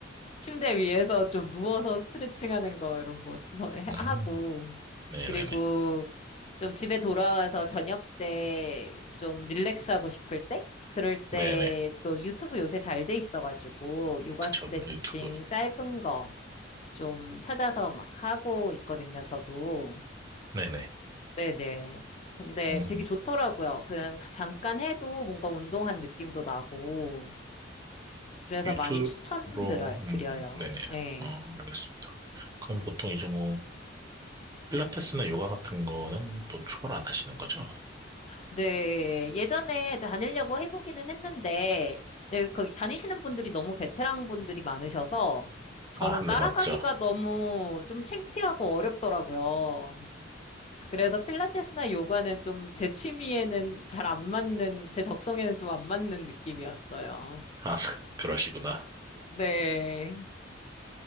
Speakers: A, on the left; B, on the right.
A: 침대 위에서 좀 누워서 스트레칭 하는 거 이런 거 해-
B: 음,
A: 하고
B: 네네네.
A: 그리고 좀 집에 돌아와서 저녁 때 좀 릴렉스하고 싶을 때 그럴 때
B: 네네.
A: 또 유튜브 요새 잘 돼 있어가지고 요가
B: 그쵸.
A: 스트레칭
B: 그 유튜브.
A: 짧은 거 좀 찾아서 막 하고 있거든요, 저도.
B: 네네.
A: 네네. 근데
B: 음,
A: 되게 좋더라고요. 그냥 잠깐 해도 뭔가 운동한 느낌도 나고. 그래서
B: 유튜브로,
A: 많이 추천드려,
B: 음,
A: 요
B: 네네.
A: 네.
B: 어, 알겠습니다. 그럼 보통 이제 뭐, 필라테스나 요가 같은 거는 또 추가로 안 하시는 거죠?
A: 네. 예전에 다니려고 해보기는 했는데, 네, 거기 다니시는 분들이 너무 베테랑 분들이 많으셔서, 저는
B: 아, 네,
A: 따라가기가
B: 맞죠.
A: 너무 좀 창피하고 어렵더라고요. 그래서 필라테스나 요가는 좀 제 취미에는 잘 안 맞는, 제 적성에는 좀 안 맞는 느낌이었어요.
B: 아, <laughs> 그러시구나.
A: 네.